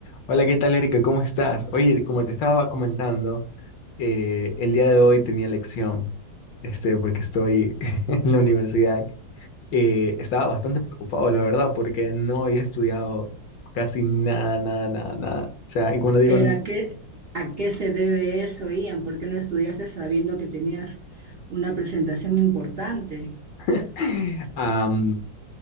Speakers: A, on the left; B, on the right.
A: Hola, ¿qué tal, Erika? ¿Cómo estás? Oye, como te estaba comentando, eh, el día de hoy tenía lección, este, porque estoy <laughs> en la universidad. Eh, estaba bastante preocupado, la verdad, porque no había estudiado casi nada, nada, nada, nada. O sea, y cuando digo,
B: Pero
A: n-
B: ¿a qué, a qué se debe eso, Ian? ¿Por qué no estudiaste sabiendo que tenías una presentación importante?
A: <laughs> am,